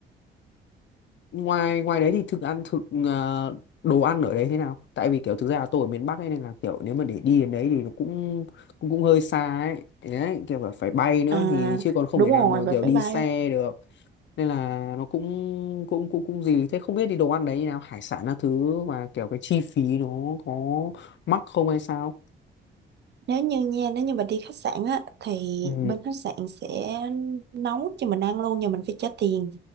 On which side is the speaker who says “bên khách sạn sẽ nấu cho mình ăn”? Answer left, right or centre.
Right